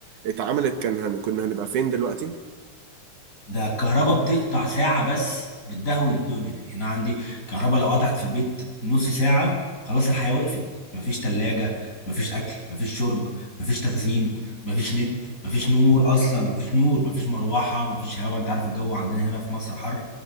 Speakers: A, on the right; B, on the left.
A: اتعملت كان هن... كنا هنبقى فين دلوقتي
B: ده الكهرباء بتقطع ساعة بس بتدهول الدنيا يعني أنا عندي كهرباء لو قطعت في البيت نص ساعة خلاص الحياة وقفت مفيش تلاجة مفيش أكل مفيش شرب مفيش تخزين مفيش نت مفيش نور أصلا مفيش نور مفيش مروحة مفيش هواء أنت عارف الجو عندنا هنا في مصر حر